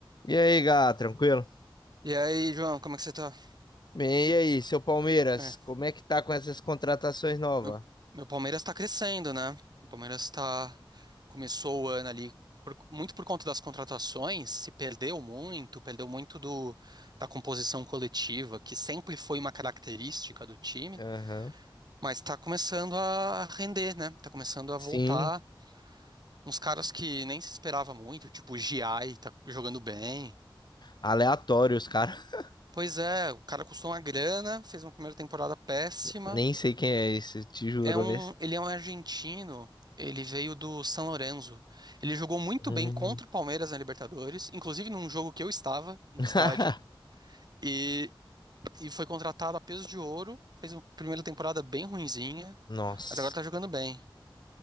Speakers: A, on the left; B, on the right.
A: E aí, Gá, tranquilo?
B: E aí, João, como é que você tá?
A: Bem, e aí, seu Palmeiras,
B: É,
A: como é que tá com essas contratações novas?
B: meu, meu Palmeiras tá crescendo, né? O Palmeiras tá, começou o ano ali por- muito por conta das contratações, se perdeu muito, perdeu muito do, da composição coletiva, que sempre foi uma característica do time,
A: Aham.
B: mas tá começando a render, né? Tá começando a
A: Sim,
B: voltar uns caras que nem se esperava muito, tipo o Giai tá jogando bem.
A: aleatórios, cara. <laughs>
B: Pois é, o cara custou uma grana, fez uma primeira temporada péssima.
A: Nem sei quem é esse, te juro,
B: É um,
A: esse.
B: ele é um argentino. Ele veio do San Lorenzo. Ele jogou muito
A: Hum.
B: bem contra o Palmeiras na Libertadores, inclusive num jogo que eu estava no
A: <laughs>
B: estádio. E, e foi contratado a peso de ouro. Fez uma primeira temporada bem ruinzinha,
A: Nossa.
B: mas agora tá jogando bem.